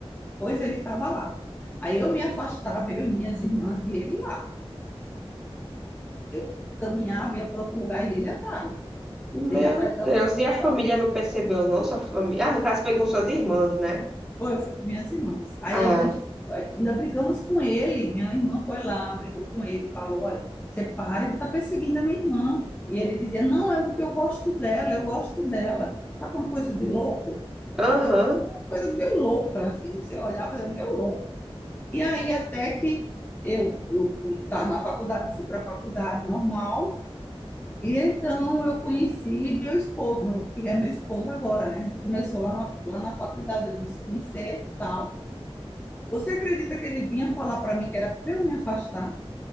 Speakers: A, on the left; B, in the centre.
A: Pois ele estava lá. Aí eu me afastava, eu e minhas irmãs, e ele lá. Eu caminhava, ia para outro lugar e ele atrás.
B: Meu
A: Ele atrai tanto,
B: Deus, e a
A: tanto.
B: família não percebeu, não? Sua família. Ah, no caso foi com suas irmãs, né?
A: Foi, eu fui com minhas irmãs. Aí
B: Ah,
A: a gente ainda brigamos com ele. Minha irmã foi lá, brigou com ele, falou: olha, você para, ele tá perseguindo a minha irmã. E ele dizia: não, é porque eu gosto dela, eu gosto dela. Sabe uma coisa de louco?
B: aham.
A: Sabe uma coisa meio louca, assim, você olhava, era meio louco. E aí até que eu, estava eu estava na faculdade, fui para a faculdade normal, E então eu conheci meu esposo, eu queria meu esposo agora, né? A gente começou lá na, lá na faculdade, a gente conhecer e tal. Você acredita que ele vinha falar para mim que era para eu me afastar?